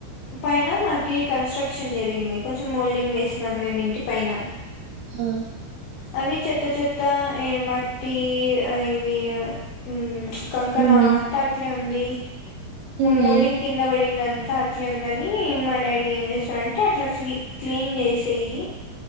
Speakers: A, on the left (about 75°); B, on the right (about 80°).
A: పైన మాకి కన్స్ట్రక్షన్ జరిగింది. కొంచెం మోల్డింగ్ వేస్తున్నాం మేము ఇంటి పైన
B: ఆ
A: అది చెత్త చెత్త ఏమాట్టీ అ ఇవి అ ఉమ్ ప్చ్ కంకర
B: హ్మ్.
A: అవంత అట్లే ఉం వుంది
B: హ్మ్.
A: మ్ మోల్డింగ్ కింద బడి అం తా అట్లే ఉందని మా డాడీ ఏం చేస్తాడంటే అట్లా క్లీ క్లీన్ చేసేయి